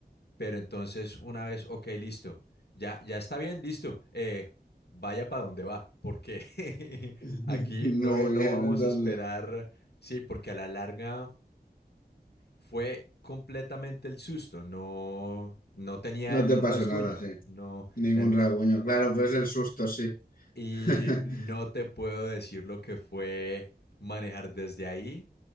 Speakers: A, on the left; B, on the left.
A: Pero entonces una vez, ok, listo, ya, ya está bien, listo, eh, vaya para donde va, porque
B: <laughs>
A: <laughs> aquí
B: Muy
A: no, no
B: bien,
A: vamos
B: entonces.
A: a esperar, sí, porque a la larga fue completamente el susto, no, no tenía
B: No
A: ni
B: te
A: un
B: pasó
A: rasguño,
B: nada, sí.
A: no,
B: Ningún
A: en-
B: rasguño. Claro, pero es el susto, sí.
A: y
B: <laughs>
A: no te puedo decir lo que fue manejar desde ahí